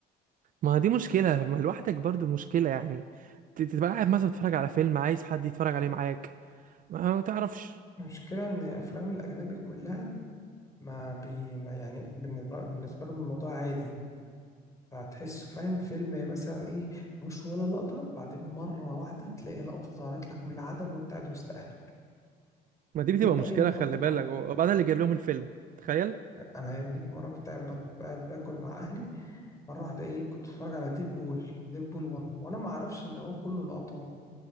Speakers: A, on the right; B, on the left.
A: ما دي مشكله ما لوحدك برضو مشكله يعني ت- تبقى قاعد مثلا بتتفرج على فيلم عايز حد يتفرج عليه معاك ما ما تعرفش
B: المشكلة إن أفلام الأجنبي كلها ما بي ما يعني بالنسبة بالنسبة لهم الموضوع عادي هتحسه فاهم فيلم مثلا إيه مش ولا لقطة بعدين مرة واحدة تلاقي لقطة ظهرت لك من العدم وأنت قاعد وسط أهلك
A: ما دي
B: بدون
A: بتبقى مشكله
B: أي مقدمات
A: خلي بالك وبعدين انا اللي جايب لهم الفيلم تخيل
B: أنا يا ابني في مرة كنت قاعد بط- قاعد باكل مع أهلي مرة واحدة إيه كنت بتفرج على ديب بول ديب بول 1 وأنا ما أعرفش إن هو كله لقطات